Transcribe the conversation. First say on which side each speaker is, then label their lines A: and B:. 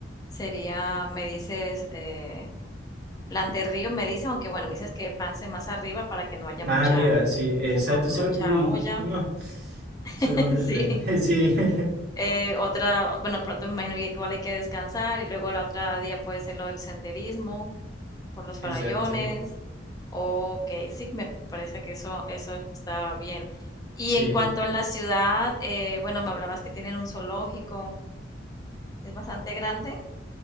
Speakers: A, on the left; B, on the right.
A: Sería, me dices, eh, plan de río, me dices, aunque bueno, me dices que pase más arriba para que no haya
B: más
A: mucha
B: arriba, sí, exacto,
A: M
B: sí,
A: mucha
B: porque uy,
A: olla,
B: no, eso
A: <laughs>
B: es horrible,
A: sí.
B: <laughs> sí, <laughs>
A: Eh, otra, bueno, pronto me imagino que igual hay que descansar y luego la otra día puede ser lo del senderismo por los farallones.
B: exacto,
A: Ok, sí, me parece que eso, eso está bien. Y
B: sí,
A: en cuanto a la ciudad, eh, bueno, me hablabas que tienen un zoológico, es bastante grande.